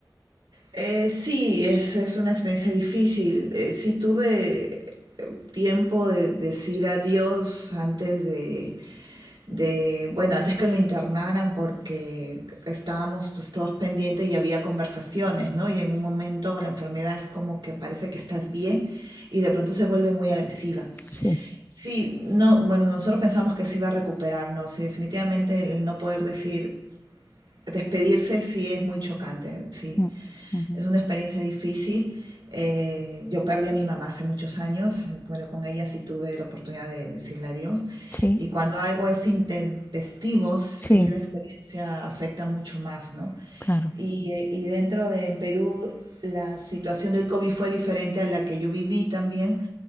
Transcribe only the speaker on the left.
Sí.
Mm, ujú.
Sí,
sí,
claro.